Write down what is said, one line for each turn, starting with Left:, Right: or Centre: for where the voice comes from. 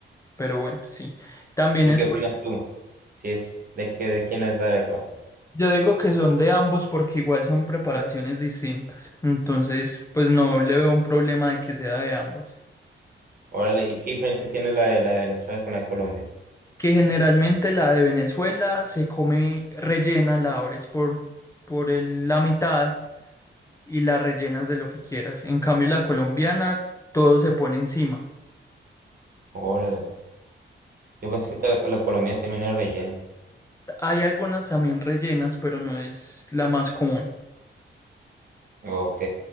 Left: Pero bueno, sí. También
Right: ¿Y
Left: es.
Right: qué opinas
Left: cu-
Right: tú? Si es de que de quién es la arepa.
Left: Yo digo que son de ambos porque igual son preparaciones distintas. Entonces, pues no le veo un problema de que sea de ambas.
Right: Órale, ¿y qué diferencia tiene la de la de Venezuela con la de Colombia?
Left: Que generalmente la de Venezuela se come rellena, la abres por, por el- la mitad. y la rellenas de lo que quieras. En cambio, la colombiana, todo se pone encima.
Right: Órale. Yo pensé que la, la economía también era rellena.
Left: Hay algunas también rellenas, pero no es la más común.
Right: Ok.